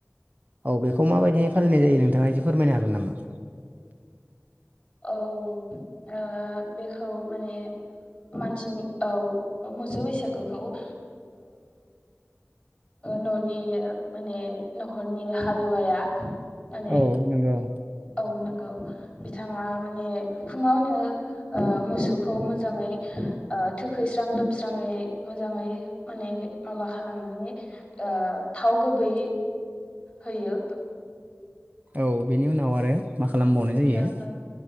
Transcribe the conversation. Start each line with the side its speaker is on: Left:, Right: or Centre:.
Right: औ बेखौ माबायदिहाय फालिनाय जायो नोंथाङा एसे फोरमायनो हागोन नामा
Left: औ ओ बेखौ माने मानसिनि औ मोसौ बैसागोखौ ओ न'नि माने न'खरनि हालुवाया माने
Right: औ नंगौ
Left: औ नंगौ बिथाङा माने फुङावनो ओ मोसौखौ मोजाङै ओ थोखैस्रां लोब स्राङै मोजाङै माने माबा खालामनानै ओ थाव गुबै होयो
Right: औ बेनि उनाव आरो मा खालामबावनाय
Left: ओमफ्राय
Right: जायो